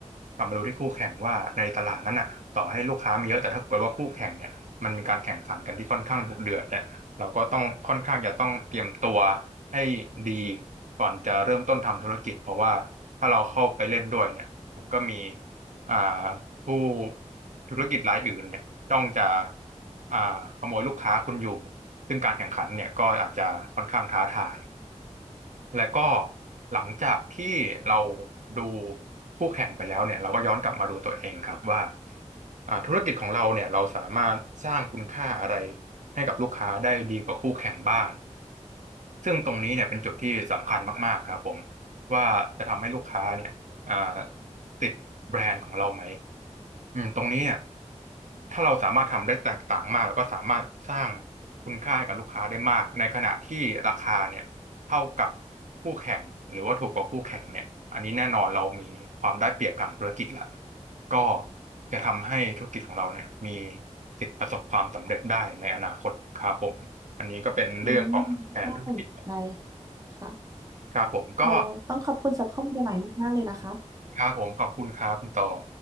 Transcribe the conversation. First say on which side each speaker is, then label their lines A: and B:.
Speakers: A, on the right; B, on the right.
A: กลับมาดูที่คู่แข่งว่าในตลาดนั้นน่ะต่อให้ลูกค้ามีเยอะแต่ถ้าเกิดว่าคู่แข่งเนี่ยมันมีการแข่งขันกันที่ค่อนข้างดุเดือดเนี่ยเราก็ต้องค่อนข้างจะต้องเตรียมตัวให้ดีก่อนจะเริ่มต้นทำธุรกิจเพราะว่าถ้าเราเข้าไปเล่นด้วยเนี่ย มันก็มีอ่าผู้ธุรกิจรายอื่นเนี่ยต้องจะอ่าขโมยลูกค้าคุณอยู่ซึ่งการแข่งขันเนี่ยก็อาจจะค่อนข้างท้าทายและก็หลังจากที่เราดูคู่แข่งไปแล้วเนี่ยเราก็ย้อนกลับมาดูตัวเองครับว่าอ่าธุรกิจของเราเนี่ยเราสามารถสร้างคุณค่าอะไรให้กับลูกค้าได้ดีกว่าคู่แข่งบ้าง ซึ่งตรงนี้เนี่ยเป็นจุดที่สำคัญมากๆครับผมว่าจะทำให้ลูกค้าเนี่ยอ่าติดแบรนด์ของเราไหมอืมตรงนี้เนี่ยถ้าเราสามารถทำได้แตกต่างมากแล้วก็สามารถสร้างคุณค่าให้กับลูกค้าได้มากในขณะที่ราคาเนี่ยเท่ากับคู่แข่งหรือว่าถูกกว่าคู่แข่งเนี่ยอันนี้แน่นอนเรามีความได้เปรียบทางธุรกิจละก็จะทำให้ธุรกิจของเราเนี่ยมีสิทธิ์ประสบความสำเร็จได้ในอนาคตครับผมอันนี้ก็เป็นเรื่องของแผนธุรกิจ
B: อืมน่าสนใจค่ะ
A: ครับผมก็
B: โอ้ต้องขอบคุณสำหรับข้อมูลใหม่ๆมากๆเลยนะคะ
A: ครับผมขอบคุณครับคุณตอง